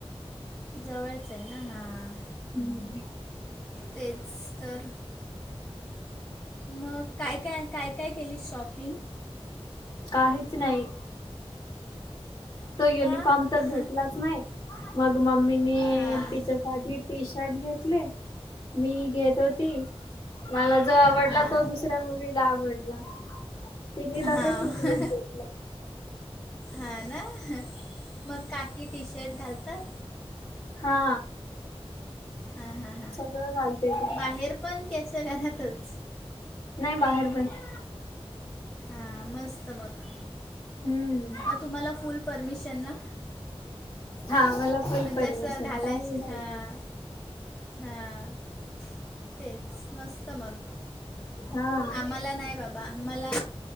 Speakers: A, on the left; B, on the left.
A: जवळचय ना हां
B: हम्म
A: तेच तर. मग काय काय काय काय केलीत शॉपिंग?
B: काहीच नाही तो युनिफॉर्म
A: का
B: तर
A: हां
B: भेटलाच नाय. मग मम्मीनी
A: हां
B: तिच्यासाठी टी शर्ट घेतले मी घेत होती मला जो आवडला
A: हां
B: तो दुसऱ्या मुलीला आवडला. तिनी लगेच
A: हां
B: उचलून घेतला
A: हां ना ह मग काकी टी शर्ट घालतात?
B: हा.
A: हां हां
B: सगळं घालते ते
A: बाहेर पण की अस घरातच?
B: नाय बाहेर पण. <inaudible>
A: हा मस्त मग.
B: हम्म.
A: मग तुम्हाला फुल परमिशन ना.
B: हा मला फुल
A: म्हणजे
B: परमिशन
A: अस घालायची
B: काही घालते
A: हम्म हम्म. तेच मस्त मग
B: हा
A: आम्हाला नाही बा बा मला